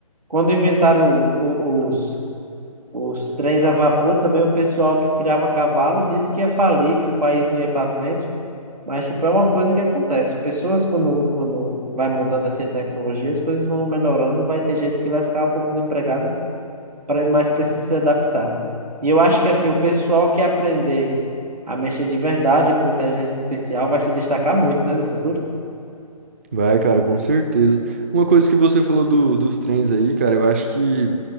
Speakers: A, on the right (about 90°); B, on the right (about 20°).
A: Quando inventaram o- o- os, os trens a vapor, também o pessoal que criava cavalo disse que ia falir, que o país não ia para frente. Mas, tipo, é uma coisa que acontece. Pessoas, quando, quando vai mudando assim a tecnologia, as coisas vão melhorando e vai ter gente que vai ficar um pouco desempregado, pra- mas precisa se adaptar. E eu acho que, assim, o pessoal que aprender a mexer de verdade com inteligência artificial vai se destacar muito, né, no futuro.
B: Vai, cara, com certeza. Uma coisa que você falou do- dos trens aí, cara, eu acho que